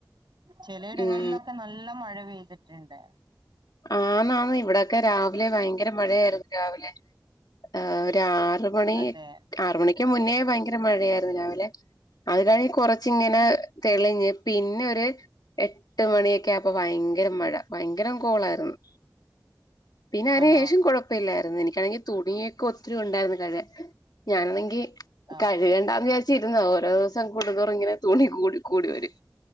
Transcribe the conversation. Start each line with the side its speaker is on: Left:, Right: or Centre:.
Right: ചിലയിടങ്ങളിലൊക്കെ
Left: ഉം
Right: നല്ല മഴ പെയ്തിട്ടുണ്ട്
Left: ആന്നാണ് ഇവിടെക്കെ രാവിലെ ഭയങ്കര മഴയായിരുന്നു രാവിലെ ഏഹ് ഒരു ആ റ് മണി
Right: അതെ
Left: ആറ് മണിക്ക് മുന്നേ ഭയങ്കര മഴയായിരുന്നു രാവിലെ അത് കഴിഞ്ഞ് കൊറച്ചിങ്ങനെ തെളിഞ്ഞ് പിന്നെ ഒരു എട്ട് മണിയൊക്കെ ആപ്പോ ഭയങ്കര മഴ ഭയങ്കര കോളാരുന്ന് പിന്നെ അതിന്
Right: ആണോ
Left: ശേഷംകൊഴ പ്പല്ലായിരുന്നു എനിക്കാണെങ്കി തുണിയൊക്കെ ഒത്തിരി ഉണ്ടായിരുന്നു കഴുവാൻ ഞാനാണെങ്കി
Right: ഓ
Left: കഴുകേണ്ടാ വിചാച്ചിര്ന്ന ഓരോ ദിവസം കൂടുംതോറുംങ്ങനെ തുണി കൂടി കൂടി വരും